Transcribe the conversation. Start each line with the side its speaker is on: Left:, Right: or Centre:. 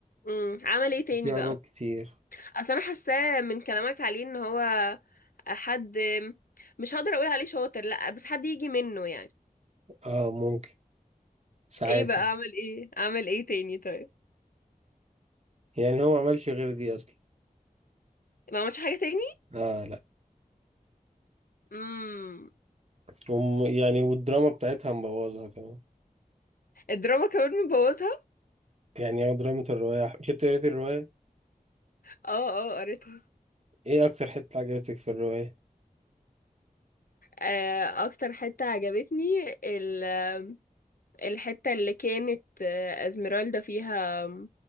Left: امم عمل ايه تاني
Right: في عروض
Left: بقى
Right: كتير
Left: اصل انا حاساه من كلامك عليه ان هو حد مش هقدر اقول عليه شاطر لا بس حد يجي منه يعني
Right: أه ممكن ساعات
Left: ايه بقى
Right: يعني
Left: اعمل ايه اعمل ايه تاني طيب
Right: يعني هو ما عملش غير دي أصلا
Left: ما عملش حاجه تاني
Right: أه لا
Left: امم
Right: وم- يعني والدراما بتاعتها مبوظها كمان
Left: الدراما كمان مبوظها
Right: يعني هو دراما الرواية كنت قريت الرواية
Left: اه اه قريتها
Right: ايه اكتر حتة عجبتك في الرواية؟
Left: آه، اكتر حته عجبتني ال- الحته اللي كانت آه، ازميرالدا فيها